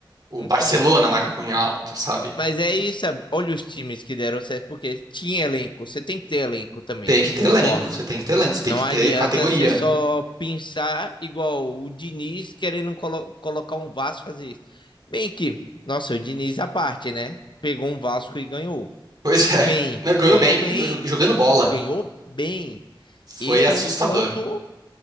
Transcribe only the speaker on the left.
Então,
mas é isso, sabe? Olha os times que deram certo, porque tinha elenco, você tem que ter elenco também,
concordo.
Não
adianta
você só
pensar igual o Diniz querendo colo- colocar um Vasco fazer isso. Bem que, nossa, o Diniz à parte, né? Pegou um Vasco e ganhou.
Bem,
ganhou
bem,
ganhou bem.
Esse
é um ponto.